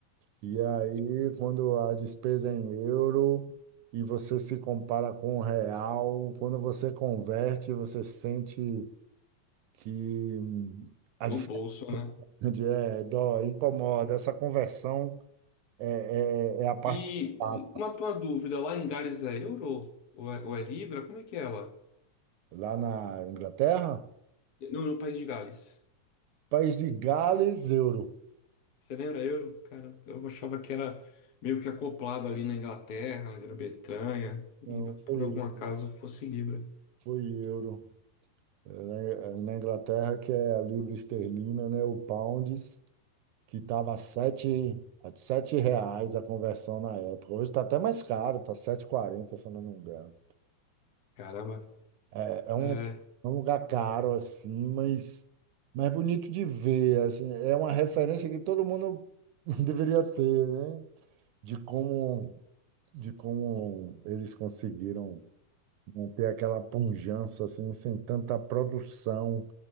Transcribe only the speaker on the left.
O
bolso, né?
E
uma, uma dúvida, lá em Gales é euro? Ou é, ou é libra? Como é que é lá?
Não, no país de Gales.
Você lembra euro? Cara, eu achava que era meio que acoplado ali na Inglaterra, na Grã-Bretanha, e
por algum acaso fosse libra.
Caramba,
é,